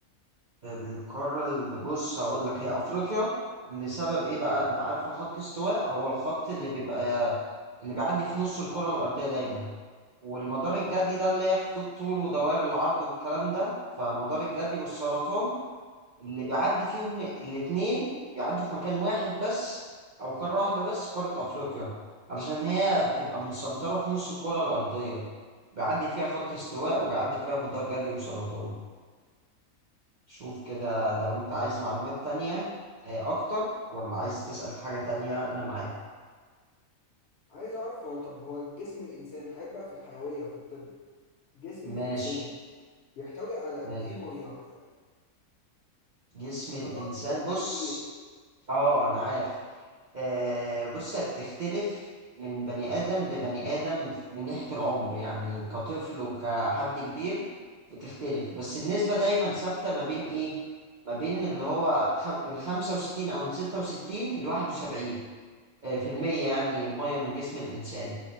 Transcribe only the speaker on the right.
القارة اللي بص هقول لك هي أفريقيا لسبب إيه بقى أنت عارف خط استواء هو الخط اللي بيبقى اللي بيعدي في نص الكرة الأرضية دايما والمدار الجدي ده اللي هي خطوط طول ودوائر العرض والكلام ده فمدار الجدي والسرطان اللي بيعدي فيهم الاتنين بيعدوا في مكان واحد بس أو قارة واحدة بس قارة أفريقيا علشان هي بتبقى متسنطرة في نص الكرة الأرضية بيعدي فيها خط استواء وبيعدي فيها مدار جدي وسرطان شوف كده لو أنت عايز معلومات تانية آه، أكتر ولا عايز تسأل في حاجة تانية أنا معاك
ماشي
ماشي
جسم الإنسان
بص
اه أنا عارف آه بص هي بتختلف من بني آدم لبني آدم من ناحية العمر يعني كطفل وكحد كبير بتختلف بس النسبة دايما ثابتة ما بين إيه؟ ما بين اللي هو خم- من 65 أو من 66 ل 71 آه في المية يعني مية من جسم الإنسان